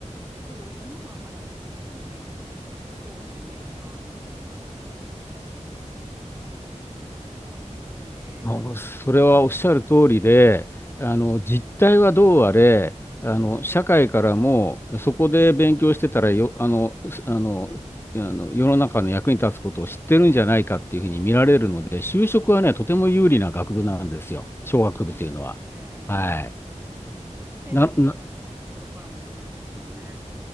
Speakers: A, on the right; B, on the left.
A: こう、世の中に出てすぐ役に立ちそうなイメージがありました。今のお話を聞いたところだと。そういう感じで、
B: あのそれはおっしゃる通りで、
A: はい。
B: あの実態はどうあれ、あの社会からもそこで勉強してたらよ、あの、すあの、あの世の中の役に立つことを知ってるんじゃないかっていうふうに見られるので、就職はね、とても有利な学部なんですよ、商学部っていうのは。
A: ああ、そうですよね。
B: はい。
A: うんうん。即戦力があるって企業からも思いますもんね。
B: な、な、